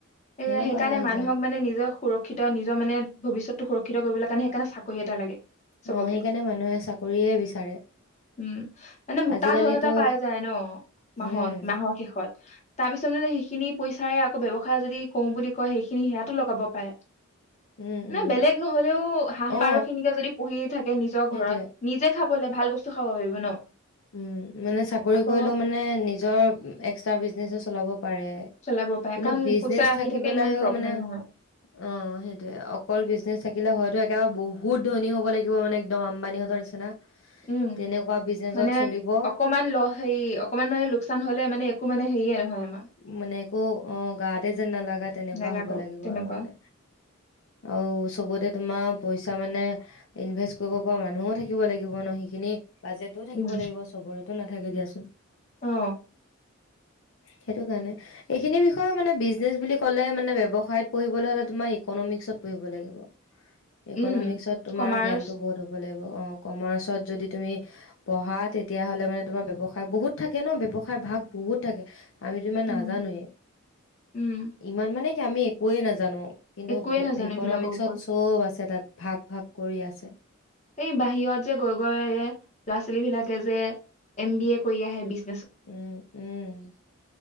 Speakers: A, on the left (about 30°); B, on the left (about 65°).
A: এ
B: সেনেকুৱা
A: সেইকাৰণে
B: আহি
A: মানুহক
B: যায়
A: মানে নিজক সুৰক্ষিত নিজৰ মানে ভৱিষ্যতটো সুৰক্ষিত। সেইটো কৰিব কাৰণে সেইকাৰণে চাকৰি এটা লাগে। চবকে
B: অ সেইকাৰণে মানুহে চাকৰিয়ে বিচাৰে
A: উম মানে মোটা
B: আজিকালিতো
A: ধন এটা পাই যায় ন মাহত
B: উম
A: মাহৰ শেষত। তাৰ পিছত মানে সেইখিনি পইচাৰে আকৌ ব্যৱসায় যদি। কম বুলি কয় সেইখিনি সেয়াতো লগাব পাৰে।
B: উম উম
A: ন বেলেগ নহলেও হাঁহ
B: অ
A: পাৰ খিনিকে যদি পুহিয়ে থাকে নিজৰ
B: সেইটোৱে
A: ঘৰত নিজে। খাবলৈ ভাল বস্তু খাব পাৰিব ন।
B: উম মানে চাকৰি
A: আকৌ
B: কৰিলেও মানে নিজৰ একস্তা বিজনেছও চলাব। পাৰে
A: চলাব পাৰে
B: কিন্তু
A: কাৰণ
B: বিজনছ
A: পইচা আহি
B: থাকি
A: থাকে
B: পেলাই
A: ইমান প্ৰব্লেম
B: মানে
A: নহয়
B: অ সেইটোৱে অকল বিজনেছ থাকিলে হয়তো। একেবাৰে বহুত ধনী হ'ব লাগিব মানে একদম আম্বানীহঁতৰ নিচিনা।
A: উম
B: তেনেকুৱা বিজনেচত
A: মানে
B: চলিব
A: অকমান ল হেৰি অকমান মানে লোকচান হলে মানে একো মানে কৰিয়ে হয়
B: মানে একো অ গাতে যেন নালাগা তেনেকুৱা
A: নেলাগক
B: হ'ব লাগিব
A: তেনেকুৱা
B: আৰু মানে আৰু চবতে তোমাৰ পইচা মানে ইনভেষ্ট কৰিব পৰা মানুহো থাকিব লাগিব ন সেইখিনি বাজেতটোও থাকিব
A: উম
B: লাগিব চবৰে নাথাকে দিয়াচোন
A: অ
B: সেইটো কাৰণে এইখিনি বিষয়ে মানে বিজ বিকনেজ বুলি কলে মানে ব্যৱসায়ত পঢ়িব হলে মানে তুমি ইকোনমিক পঢ়িব লাগিব ইকনমিক্সত
A: উম
B: তোমাৰ
A: কমাৰ্চ
B: জ্ঞানটো বহুত হব লাগিব অ কমাৰ্চত যদি তুমি পঢ়া তেতিয়া হ'লে মানে তোমাৰ ব্যৱসায় বহুত থাকে ব্যৱসায় ভাগ বহুত থাকে আমিতো ইমান
A: উম
B: নাজানোৱে,
A: উম
B: ইমান মানে আমি একোৱে নাজানো কিন্তু
A: একোৱে নাজানো
B: ইকনমিক্সত
A: এইবিলাকৰ ওপৰত
B: চব আছে তাত ভাগ ভাগ কৰি আছে
A: এই বাহিৰত যে গৈ গৈ ল'ৰা ছোৱালী বিলাকে যে এম বি এ কৰি আহে বি
B: উম উম